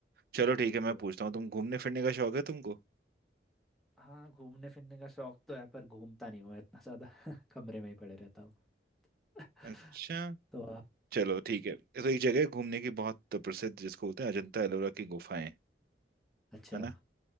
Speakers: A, on the right (about 55°); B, in the centre.
A: चलो
B: तो
A: ठीक है
B: वही
A: मैं
B: हुआ
A: पूछता हूँ तुम घूमने फिरने का शौक है तुमको
B: हाँ घूमने फिरने का शौक तो है पर घूमता नहीं हूँ मैं इतना ज्यादा <laughs> कमरे में ही पड़े रहता हूँ <laughs>
A: अच्छा
B: तो आ-
A: चलो ठीक है तो एक जगह है घूमने की बहुत प्रसिद्ध जिसको बोलते हैं अजंता एलोरा की गुफाएं
B: अच्छा
A: है ना